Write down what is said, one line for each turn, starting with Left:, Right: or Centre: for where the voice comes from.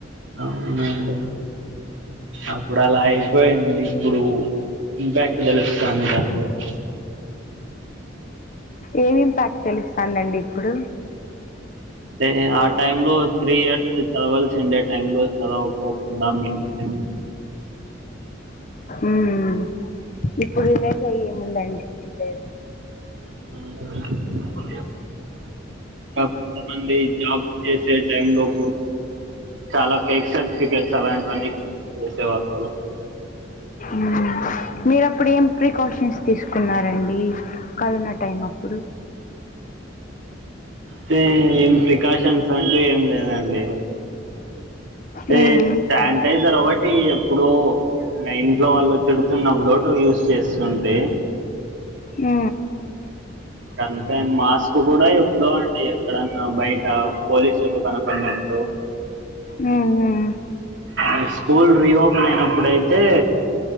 Right: అవునండి అప్పుడు అలా అయిపోయింది ఇప్పుడు ఇంపాక్ట్ తెలుస్తాంది దాని గురించి
Left: ఏమి ఇంపాక్ట్ తెలుస్తందండి ఇప్పుడు
Right: ఏ ఆ టైం లో త్రీ ఇయర్స్ చదవల్సిండే టైం లో చదవపోక్ నా మీన్ అయి
Left: ఉమ్ ఇప్పుడు లేజయిముందండి ఏం లేదు
Right: అవునం జాబ్ కొంతమంది జాబ్ చేసేద్ టైం లోపు చాలా ఫేక్ సర్టిఫికెట్స్ అలాంటివన్ని చేసేవాళ్లు
Left: మ్మ్. మీరు అప్పుడు ఏం ప్రికాషన్స్ తీసుకున్నారండి కరోనా టైం అప్పుడు
Right: తే ఏం ప్రికాషన్స్ అంటే ఏం లేదండి టే
Left: మ్మ్.
Right: శానిటైజర్ ఒకటి ఎప్పుడో మా ఇంట్లో వాళ్ళు తిడుతున్నప్పుడో యూస్ చేస్తుంటే
Left: హు
Right: ఇక అంతే మాస్క్ కూడా ఎప్పుడో అండి ఎక్కడన్నా బయట పోలీసులు కనపడినప్పుడు
Left: మ్మ్.
Right: మీ స్కూల్ రీఓపెన్ అయినప్పుడయితే